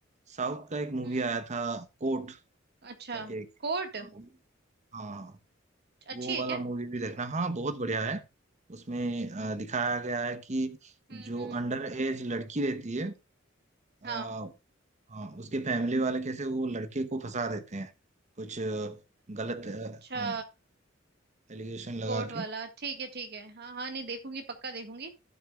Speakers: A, on the right; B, on the right.
A: साउथ का एक मूवी
B: हम्म
A: आया था कोर्ट
B: अच्छा
A: करके हाँ
B: कोर्ट
A: हाँ
B: अच्छी
A: वो
B: है
A: वाला
B: क्या
A: मूवी भी देखना हाँ बहुत बढ़िया है उसमें अ, दिखाया गया है कि
B: हम्म
A: जो
B: हम्म
A: अंडर एज लड़की रहती है अ,
B: हाँ
A: अ, उसके फैमिली वाले कैसे वो लड़के को फंसा देते हैं कुछ अ, गलत अ,
B: अच्छा
A: हाँ एलिगेशन लगा
B: कोर्ट वाला
A: के
B: ठीक है ठीक है हाँ हाँ नहीं देखूंगी पक्का देखूंगी